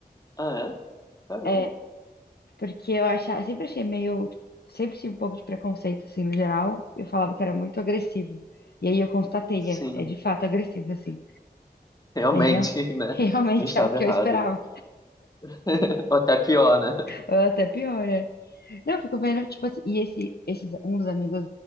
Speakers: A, on the left; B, on the left.
A: Ah, é? Caramba.
B: É, Porque eu achava, eu sempre achei meio, sempre tive um pouco de preconceito, assim, no geral. Eu falava que era muito agressivo. E aí eu constatei, é,
A: Sim,
B: é de fato agressivo, assim.
A: realmente,
B: É real,
A: <laughs> né?
B: <laughs> realmente
A: Não estava
B: é o que
A: errado.
B: eu esperava.
A: <laughs> Ou até pior, né?
B: Ou até pior, né? Não, eu fico vendo, tipo assim, e esse, esses, um dos amigos